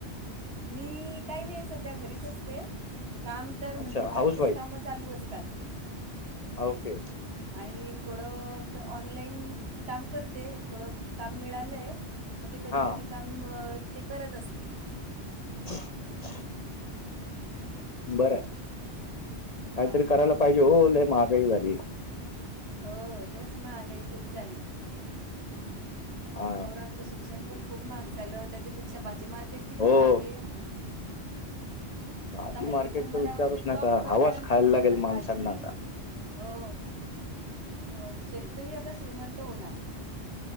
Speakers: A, on the right; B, on the left.
A: मी मी काही नाही सध्या घरीच असते काम तर म्हणजे
B: अच्छा
A: घरचेच
B: हाऊस वाईफ
A: काम चालू असतात.
B: ओ के.
A: आणि थोडं ऑनलाईन काम करते थोडं काम मिळालंय. मग ते कधी
B: हा
A: कधी काम मम ते करत असते.
B: ह <unintelligible> बरं
A: हा
B: काहीतरी करायला पाहिजे होय लय महागाई वाढलीय.
A: हो तेच महागाई खूप झाली
B: हा
A: पोरांचं शिक्षण पण खूप महाग झालं त्याच्यापेक्षा भाजी मार्केट किती
B: हो
A: महाग आहे.
B: भाजी
A: आता हल्ली
B: मार्केट
A: तर मला
B: विचारूच
A: वाटतं
B: नका
A: जॉब करणाऱ्यांपेक्षा
B: हवाच खायला लागेल
A: तर
B: माणसांना
A: भाजी
B: आता
A: हो हो होय शेतकरी आता श्रीमंत होणार.